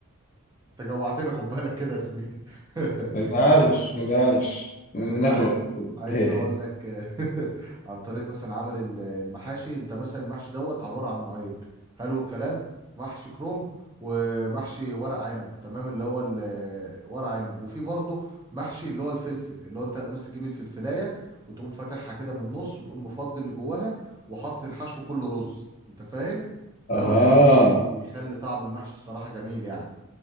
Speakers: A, on the right; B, on the left.
A: انت جوعتني خد بالك كده يا زميلي <laughs>
B: ما تزعلش
A: يعني
B: ما تزعلش
A: يعني
B: ناكله
A: انت عايز
B: على طول
A: عايزني
B: <laughs>
A: اقول لك <laughs> عن طريقه مثلا عمل ال- المحاشي انت مثلا المحشي دوت عباره عن نوعين حلو الكلام محشي كروم ومحشي ورق عنب تمام اللي هو ال- ورق عنب وفي برضه محشي اللي هو الفلفل اللي هو انت بس تجيب الفلفلايه وتقوم فاتحها كده من النص وتقوم مفضي اللي جواها وحاطط الحشو كله رز انت فاهم دوت
B: اها
A: يا زميلي بيخلي طعم المحشي الصراحه جميل يعني